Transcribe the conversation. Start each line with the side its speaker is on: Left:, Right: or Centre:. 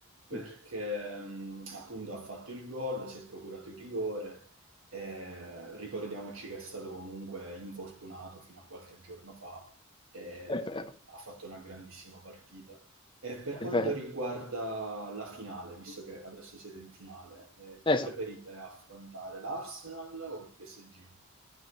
Right: perché
Left: sì,
Right: mh, appunto ha fatto il gol, si è procurato il rigore e ricordiamoci che è stato comunque infortunato fino a qualche giorno fa e
Left: è vero,
Right: ha fatto una grandissima partita. E per
Left: è
Right: quanto
Left: vero.
Right: riguarda la finale, visto che adesso siete in finale, eh,
Left: Esatto.
Right: chi preferite affrontare, l'Arsenal o il PSG?